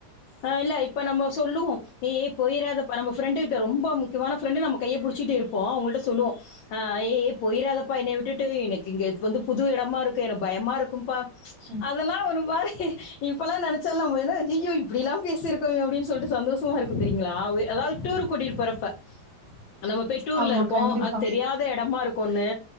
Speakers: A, on the left; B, on the right.
A: அ இல்ல இப்ப நம்ம சொல்லுவோ ஏ ஏ போயிராதப்பா நம்ம ஃப்ரெண்டு கிட்ட ரொம்ப முக்கியமான ஃப்ரெண்டு நம்ம கைய புடிச்சிட்டு இருப்போ அவுங்கள்ட்ட சொல்லுவோ ஆ ஏ ஏ போயிராதப்பா என்னய விட்டுட்டு எனக்கு இங்க வந்து புது இடமா இருக்கு எனக்கு பயமா இருக்கும்பா
B: ம்
A: அதெல்லா ஒரு மாரி இப்பெல்லா நென ல்ல போன்னா ஐய்யயோ இப்டி லா பேசியிருக்கோ அப்டினு சொல்லிட்டு சந்தோஷமா இருக்கு தெரியுங்ளா அதாவது டூரு கூட்டிட்டு போறப்ப நம்ம அப்போ டூர்ல
B: ஆமா
A: இருப்போ
B: கண்டிப்பா
A: அது தெரியாத இடமா இருக்குனு